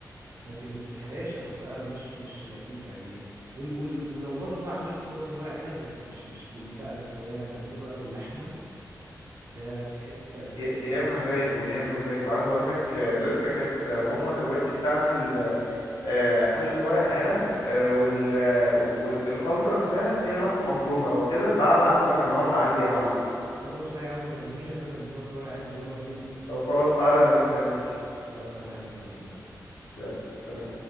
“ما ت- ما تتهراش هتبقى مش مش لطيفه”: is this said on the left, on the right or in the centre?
Right